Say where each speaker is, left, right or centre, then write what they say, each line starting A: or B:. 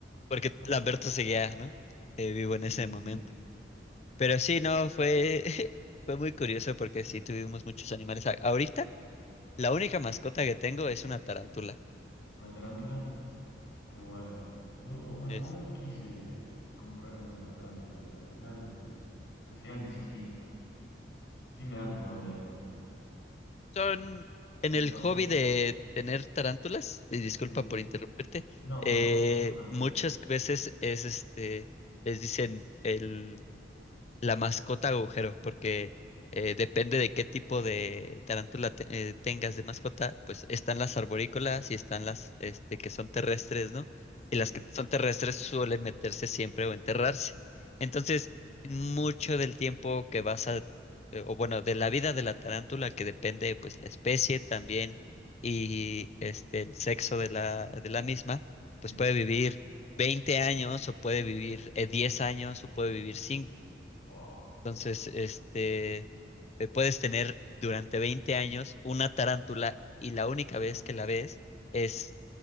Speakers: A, on the left; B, on the left.
A: porque Lamberto
B: <laughs>
A: seguía, ¿no? Eh, vivo
B: Sí,
A: en ese
B: sí,
A: momento.
B: sí.
A: Pero sí, no, fue, <laughs> fue muy curioso porque sí tuvimos muchos animales. A- Ahorita, la única
B: Sí.
A: mascota que tengo es una tarántula.
B: Una tarántula. Qué bueno. Yo en
A: Es-
B: un momento quise comprarme una una tarántula, pero al final, al final desistí. Sí me dan un poco de miedo.
A: son en
B: Entonces,
A: el hobby de tener tarántulas, y disculpa
B: sí.
A: por interrumpirte,
B: No,
A: eh,
B: no, para nada.
A: muchas veces es este, les dicen el La mascota agujero, porque eh, depende de qué tipo de tarántula te- eh, tengas de mascota, pues están las arborícolas y están las este, que son terrestres, ¿no?
B: Sí,
A: Y las que son terrestres suelen meterse siempre o enterrarse. Entonces, mucho del tiempo que vas a, eh, o bueno, de la vida de la tarántula, que depende pues la especie también y este, el sexo de la, de la misma,
B: sí,
A: pues puede vivir 20 años o puede vivir eh, 10 años o puede vivir cinco
B: sí. Wow.
A: entonces, este, eh, puedes tener durante 20 años una tarántula y la única vez que la ves es,